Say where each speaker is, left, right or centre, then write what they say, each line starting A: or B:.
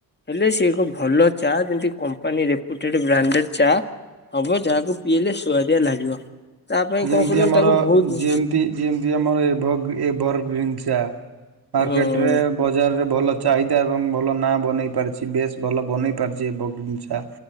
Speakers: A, on the left (about 25°); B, on the right (about 75°).
A: ହେଲେ ସିଏ ଏକ ଭଲ ଚା ଯେମିତି କମ୍ପାନୀ ରେପୁଟେଡ଼୍ ବ୍ରାଣ୍ଡେଡ଼୍ ଚା। ହବ ଯାହାକୁ ପିଇଲେ ସୁଆଦିଆ ଲାଗିବ। ତା ପାଇଁ
B: ଯେମିତି
A: କଣ କରିବ
B: ଆମର
A: ତାକୁ ବହୁତ
B: ଯେମତି ଯେମିତି ଆମର ଏଭ-ଏଭର୍ ଗ୍ରୀନ ଚା। ମାର୍କେଟ
A: ହୁଁ
B: ରେ ବଜାରରେ ଭଲ ଚାହିଦା ଏବଂ ଭଲ ନାଁ ବନେଇ ପାରିଛି ବେଶ୍ ଭଲ ବନେଇ ପାରିଛି ଏ ବଗିଚା।